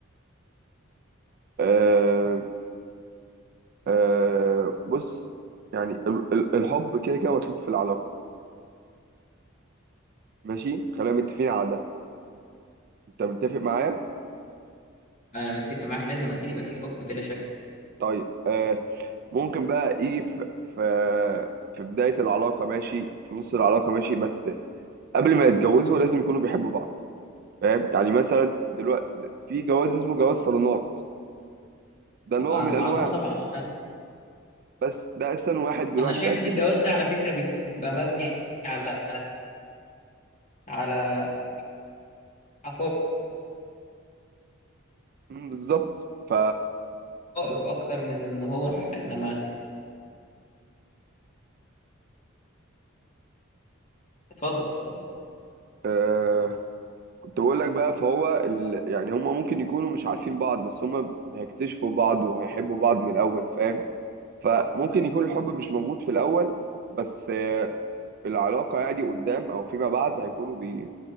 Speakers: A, on the right; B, on the left.
A: آه آه بص يعني ال- ال- الحب كده كده مطلوب في العلاقه ماشي خلينا متفقين على ده انت متفق معايا
B: انا متفق معاك لازم اكيد يبقى في حب بلا شك
A: طيب آه ممكن بقى يجي في في في بدايه العلاقه ماشي في نص العلاقه ماشي بس قبل ما يتجوزوا لازم يكونوا بيحبوا بعض فاهم يعني مثلا دلوقتي في جواز اسمه جواز صالونات ده نوع
B: طبعا
A: من
B: معروف
A: انواع
B: طبعا انا
A: بس ده اصلا واحد بيروح
B: أنا
A: بيتقدم
B: شايف ان الجواز ده على فكرة بيبقى مبني على على حقائق
A: مم، بالظبط ف
B: اكتر من ان هو صح، انما اتفضل اتفضل
A: آه كنت بقول لك بقى فهو ال... يعني هما ممكن يكونوا مش عارفين بعض بس هما هيكتشفوا بعض وهيحبوا بعض من الاول فاهم فممكن يكون الحب مش موجود في الاول بس آه العلاقة يعني قدام او فيما بعد هيكونوا بي...